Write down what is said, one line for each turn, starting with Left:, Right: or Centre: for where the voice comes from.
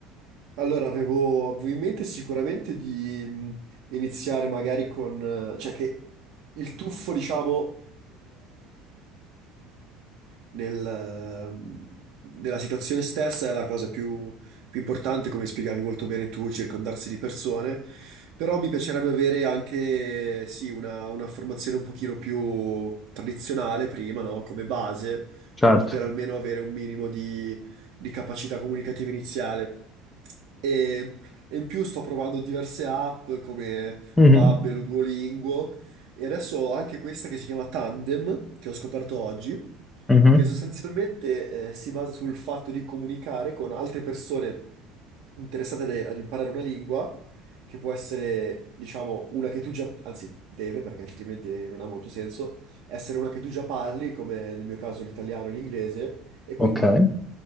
Right: Allora, avevo, avevo in mente sicuramente di mh, iniziare magari con, eh, cioè che il tuffo, diciamo, nel, ehm, nella situazione stessa è la cosa più, più importante, come spiegavi molto bene tu, circondarsi di persone, però mi piacerebbe avere anche, sì, una, una formazione un pochino più tradizionale prima, no? Come base,
Left: Certo.
Right: per poter almeno avere un minimo di, di capacità comunicativa iniziale. E, e in più sto provando diverse app come
Left: Mhm,
Right: Babbel o Duolingo, e adesso ho anche questa che si chiama Tandem, che ho scoperto oggi
Left: mhm,
Right: che sostanzialmente eh, si basa sul fatto di comunicare con altre persone interessate de- ad imparare una lingua, che può essere, diciamo, una che tu già, anzi, deve, perché altrimenti non ha molto senso, essere una che tu già parli, come nel mio caso l'italiano e l'inglese, e quindi
Left: Ok.